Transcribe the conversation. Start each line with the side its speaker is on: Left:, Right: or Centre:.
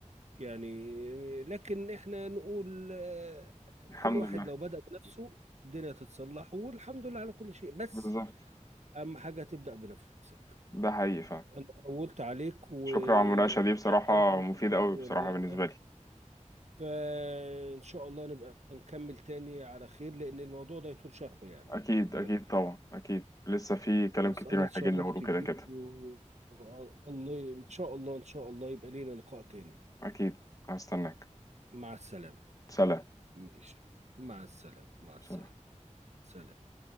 Right: يعني لكن احنا نقول آه،
Left: الحمد
Right: كل واحد
Left: لله
Right: لو بدأ بنفسه الدنيا تتصلح والحمد لله على كل شيء بس
Left: بالظبط
Right: اهم حاجه تبدا بنفسك
Left: ده حقيقي فعلا
Right: انا طولت عليك ومش
Left: شكرا على المناقشه دي بصراحه
Right: عارف انت
Left: مفيده
Right: فاضي
Left: قوي بصراحه
Right: ولا
Left: بالنسبه
Right: لا
Left: لي
Right: فان شاء الله نبقى نكمل تاني على خير لان الموضوع ده يطول شرحه يعني
Left: اكيد
Right: خد بالك
Left: اكيد طبعا اكيد لسه في كلام
Right: بس
Left: كتير
Right: انا
Left: محتاجين
Right: اتشرفت
Left: نقوله كده
Right: بيك
Left: كده
Right: و... و- الله ان شاء الله ان شاء الله يبقى لينا لقاء تاني
Left: اكيد هستناك
Right: مع السلامه
Left: سلام
Right: ماشي مع السلامه مع السلامه
Left: سلام
Right: سلام